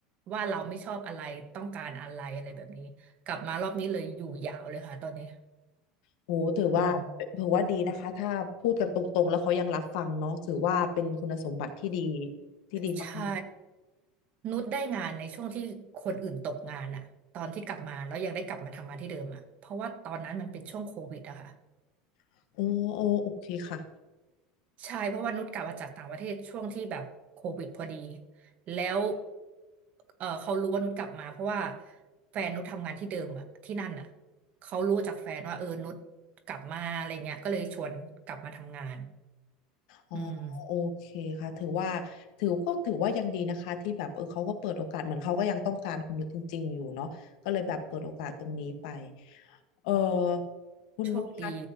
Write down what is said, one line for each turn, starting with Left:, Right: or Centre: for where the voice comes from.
Right: ว่าเราไม่ชอบอะไรต้องการอะไรอะไรแบบนี้กลับมารอบนี้เลยอยู่ยาวเลยค่ะตอนนี้
Left: โหถือว่า
Right: อืม
Left: ถือว่าดีนะคะถ้าพูดกันตรงๆแล้วเขายังรับฟังเนาะถือว่าเป็นคุณสมบัติที่ดีที่ดีมาก
Right: ใช่นุชได้งานในช่วงที่คนอื่นตกงานอะตอนที่กลับมาแล้วยังได้กลับมาทำงานที่เดิมอะเพราะว่าตอนนั้นมันเป็นช่วงโควิดอะค่ะ
Left: ๆโอ้โอ้โอเคค่ะ
Right: ใช่เพราะว่านุชกลับมาจากต่างประเทศช่วงที่แบบโควิดพอดีแล้วเออเขารู้ว่านุชกลับมาเพราะว่าแฟนนุชทำงานที่เดิมอะที่นั่นอะเขารู้จากแฟนว่าเออนุชกลับมาอะไรเงี้ยก็เลยชวนกลับมาทำงาน
Left: อ๋อ
Right: อืม
Left: โอเคค่ะถือว่าถือก็ถือว่ายังดีนะคะที่แบบเออเขาก็เปิดโอกาสเหมือนเขาก็ยังต้องการคุณนุชจริงๆอยู่เนาะก็เลยแบบเปิดโอกาสตรงนี้ไปเออคุณนุชคะ
Right: โชคดี